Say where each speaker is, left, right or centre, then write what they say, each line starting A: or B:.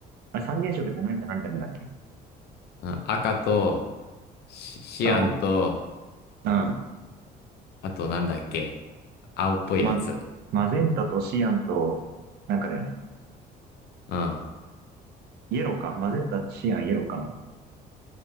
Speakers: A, on the right; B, on the left.
A: あれ三原色って何と何と何だっけ
B: うん、赤とシ、シアンと、
A: 青。うん。
B: あとなんだっけ青っぽいやつ。
A: ま、マゼンタとシアンと、なんかだよね。
B: うん。
A: イエローか。マゼンタ、シアン、イエローかな。